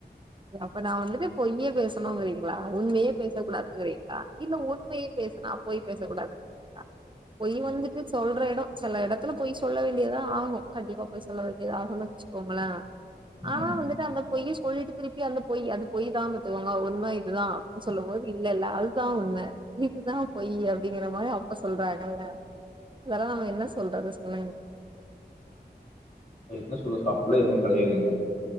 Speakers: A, on the right; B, on the left.
A: அப்ப நா வந்துட்டு பொய்யே பேசணுங்குறீங்களா உண்மையே பேச கூடாதுங்குறீங்களா இல்ல உண்மையே பேசுனா பொய் பேச கூடாது பொய் வந்துட்டு சொல்ற எடோ சில எடத்துல பொய் சொல்ல வேண்டியதா ஆகு கண்டிப்பா பொய் சொல்ல வேண்டியத ஆகுனு வச்சுக்கோங்களே ஆனா
B: ம்.
A: வந்துட்டு அந்த பொய்ய சொல்லிட்டு திருப்பி அந்த பொய் அந்த பொய் தா பத்துவாங்க உண்மை இதுதா அப்டின்னு சொல்லும் போது இல்ல இல்ல அதுதா உண்ம இதுதா பொயி அப்டிங்கற மாரி அப்ப சொல்றாங்கல்ல அதெல்லா நம்ம என்ன சொல்றது சொல்லுங்க
B: என்ன சொல்ல சாப்லே எதுவு கெடையாதுங்க